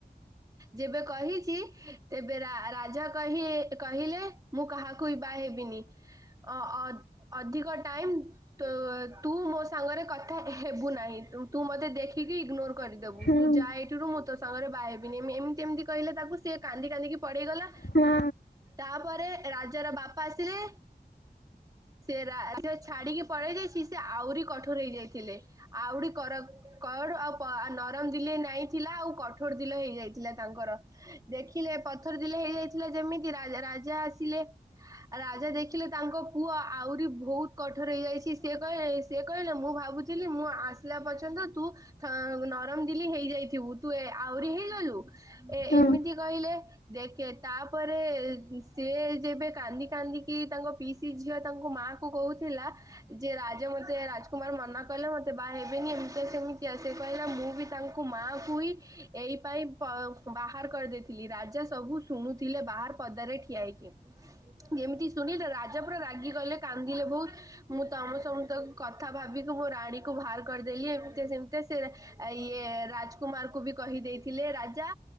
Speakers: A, on the right; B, on the left.
A: ଯେବେ କହିଛି ତେବେ ରା -ରାଜା କହିଲେ ମୁଁ କାହାକୁ ବି ବାହା ହେବିନି। ଅ - ଅ -ଅଧିକ ଟାଇମ୍। ତ ତୁ ମୋ ସାଙ୍ଗରେ କଥା ହେବୁ ନାହିଁ ତୁ ମତେ ଦେଖିକି ଇଗନୋର କରିଦବୁ
B: ହଁ
A: ତୁ ଯାଏ ଠ ସେଠୁ ମୁଁ ତୋ ସାଙ୍ଗରେ ବାହା ହେବିନି ଏମ୍ - ଏମିତି ଏମିତି କହିଲେ ତାକୁ ସେ କାନ୍ଦି କାନ୍ଦିକି ପଳେଇଗଲା।
B: ହଁ
A: ତାପରେ ରାଜାର ବାପା ଆସିଲେ ସେ ରା- ରାଜ୍ୟ ଛାଡିକି ପଳେଇ ଯାଇଛି ସେ ଆହୁରି କଠୋର ହେଇଯାଇଥିଲେ ଆହୁରି କର କଣ ଆଉ ପ ଆ ନରମ ଦିଲେ ନାଇଁ ଥିଲା ଆଉ କଠୋର ଥିଲେ ହେଇଯାଇଥିଲା ତାଙ୍କର। ଦେଖିଲେ ପଥର ଥିଲେ ହେଇଯାଇଥିଲା ଯେମିତି ରା-ରାଜା ଆସିଲେ ଆଉ ରାଜା ଦେଖିଲେ ତାଙ୍କ ପୁ ପୁଅ ଆହୁରି ବହୁତ କଠୋର ହେଇଯାଇଛି ସେ କହିଲେ ସେ କହିଲେ ମୁଁ ଭାବୁଥିଲି ମୁଁ ଆ ଆସିଲା ପର୍ଯ୍ୟନ୍ତ ତୁ ନରମ ଦିଲି ହେଇଯାଇଥିବୁ ତୁ ଆହୁରି ହେଇଗଲୁ। ଏ-
B: ହଁ।
A: ଏମିତି କହିଲେ। ଦେଖେ ତାପରେ ସିଏ ଯେବେ କାନ୍ଦି କାନ୍ଦିକି ତାଙ୍କ ପି ସ୍ ଝିଅ ତାଙ୍କୁ ମାଆ କୁ କହୁଥିଲା <unintelligible> ଯେ ରାଜା ମତେ ରାଜକୁମାର ମନା କଲେ ମତେ ବାହା ହେବେନି ଏମିତିଆ ସେମିତିଆ ସେ କହିଲେ ନା ମୁଁ ବି ତାଙ୍କୁ ମାକୁୁ ଇଁ ଏଇ ପାଇଁ ପ ବାହାର କରିଦେଇଥିଲି ରାଜା ସବୁ ଶୁଣୁଥିଲେ ବାହାର ପଦାରେ ଠିଆହେଇକି ଯେମିତି ଶୁଣିଲେ ରାଜ ପୁରା ରାଗି ଗଲେ କାନ୍ଦିଲେ ବହୁତ୍। ମୁଁ ତମ ସମତଙ୍କ କଥା ଭାବିକି ମୁଁ ରାଣୀକୁୁ ବାହାର କରିଦେଲି ଏମିତିଆ ସେମିତିଆ ସେ ରା ଆ ଇଏ ରାଜକୁମାର କୁ ବି କହିଦେଇଥିଲେ ରାଜା